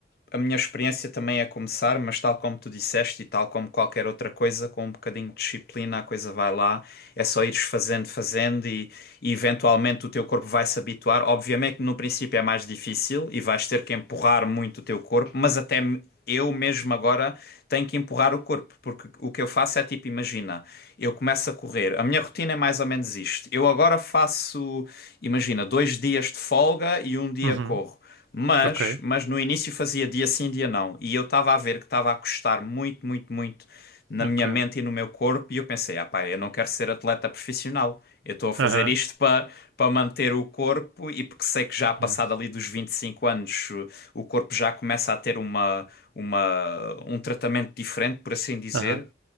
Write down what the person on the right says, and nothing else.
Uhum.
Ok,
ok.
Aham,
uhum. yeah,
aham,